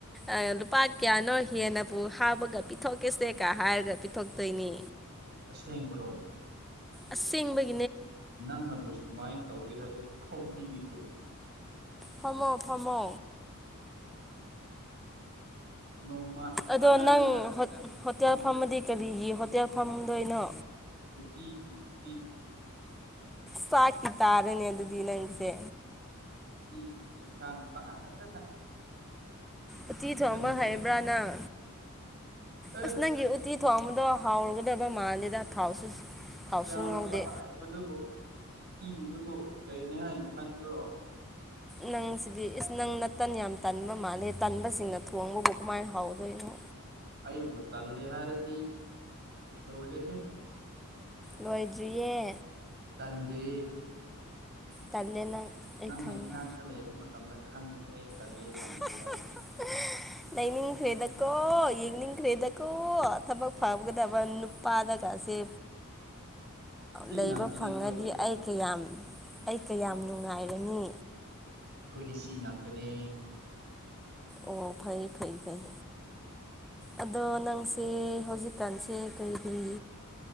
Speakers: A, in the centre; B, on the right.
A: ꯑ ꯂꯨꯞ ꯄꯥ ꯀ꯭ꯌꯥꯅꯣ ꯍꯦꯟꯅꯕꯨ ꯍꯥꯞꯄꯒ ꯄꯤꯊꯣꯛꯀꯦꯁꯦ ꯀ ꯍꯥꯏꯔꯒ ꯄꯤꯊꯣꯛꯇꯣꯏꯅꯤ
B: ꯑꯁꯦꯡꯕꯔꯣ
A: ꯑꯁꯦꯡꯕꯩ
B: ꯅꯪꯅꯕꯨ ꯁꯨꯃꯥꯏꯟ ꯇꯧꯒꯦ ꯍꯥꯏꯔꯗꯤ ꯐꯣꯝꯕꯤꯒꯤ ꯀꯩꯅꯣ
A: ꯐꯝꯃꯣ ꯐꯝꯃꯣ
B: ꯅꯣꯡꯃ
A: ꯑꯗꯣ
B: ꯇꯥꯟꯅꯔꯒ
A: ꯅꯪ ꯍꯣꯠ ꯍꯣꯇꯦꯜ
B: ꯐꯝꯆꯠ
A: ꯐꯝꯃꯗꯤ ꯀꯔꯤꯒꯤ ꯍꯣꯇꯦꯜ ꯐꯝꯗꯣꯏꯅꯣ
B: ꯎꯇꯤꯒꯤ ꯎꯇꯤꯒꯤ
A: ꯆꯥꯛꯀꯤ ꯇꯥꯔꯅꯦ ꯑꯗꯨꯗꯤ ꯅꯪꯒꯤꯁꯦ
B: ꯎꯇꯤꯒꯤ ꯌꯦꯟꯁꯥꯡ ꯐꯖꯅ
A: ꯎꯇꯤ ꯊꯣꯡꯕ
B: ꯁꯦꯝꯗꯣꯏꯅꯤ
A: ꯍꯩꯕ꯭ꯔꯥ ꯅꯪ
B: ꯑꯦ
A: ꯑꯁ ꯅꯪꯒꯤ ꯎꯇꯤ ꯊꯣꯡꯕꯗꯣ ꯍꯥꯎꯒꯗꯕ ꯃꯥꯗꯦꯗ ꯊꯥꯎꯁꯨ ꯊꯥꯎꯁꯨ
B: ꯌꯥꯝ
A: ꯉꯧꯗꯦ
B: ꯂꯥꯏꯕꯗꯨꯕꯨ ꯇꯤꯗꯕꯨ ꯎꯆꯩꯅꯦ ꯍꯥꯏꯟ ꯈꯟꯕ꯭ꯔꯣ
A: ꯅꯪ ꯅꯪꯁꯤꯗꯤ ꯏꯁ ꯅꯪ ꯅꯠꯇꯟ ꯌꯥꯝ ꯇꯟꯕ ꯃꯥꯜꯂꯦ ꯇꯟꯕꯁꯤꯡꯅ ꯊꯣꯡꯕꯕꯨ ꯀꯃꯥꯏꯟ ꯍꯥꯎꯒꯗꯣꯏꯅꯣ
B: ꯑꯩꯕꯨ ꯇꯜꯂꯦ ꯍꯥꯏꯔꯗꯤ ꯂꯣꯏꯔꯦꯍꯦ
A: ꯂꯣꯏꯗ꯭ꯔꯤꯌꯦ
B: ꯇꯟꯗꯦ
A: ꯇꯜꯂꯦ ꯅꯪ ꯑꯩ
B: ꯅꯪꯅ
A: ꯈꯪꯉꯦ
B: ꯏꯅꯥꯛꯇ ꯂꯩꯕ ꯃꯇꯝꯗ ꯈꯪꯒꯅꯤ ꯑꯩ ꯇꯜꯂꯦ
A: <unintelligible>
B: ꯇꯜꯂꯦ ꯍꯥꯏꯕꯁꯦ
A: ꯂꯩꯅꯤꯡ ꯈ꯭ꯔꯦꯗꯀꯣ ꯌꯦꯡꯅꯤꯡ ꯈ꯭ꯔꯦꯗꯀꯣ ꯀꯣ ꯊꯕꯛ ꯐꯒꯗꯕ ꯅꯨꯄꯥꯗꯒꯥꯁꯦ
B: ꯁꯤ
A: ꯂꯩꯕ
B: ꯉꯥꯛꯇꯅꯤ
A: ꯐꯪꯉꯗꯤ
B: ꯑꯩꯈꯣꯏꯗꯤ ꯀꯩꯅꯣ
A: ꯑꯩ ꯀꯌꯥꯝ ꯑꯩ ꯀꯌꯥꯝ ꯅꯨꯡꯉꯥꯏꯔꯅꯤ
B: ꯑꯩꯈꯣꯏꯗꯤ ꯁꯤ ꯉꯥꯛꯇꯅꯦ
A: ꯑꯣ ꯐꯩ ꯐꯩ ꯐꯩ ꯑꯗꯣ ꯅꯪꯁꯦ ꯍꯧꯖꯤꯛꯀꯥꯟꯁꯦ ꯀꯔꯤ ꯀꯔꯤ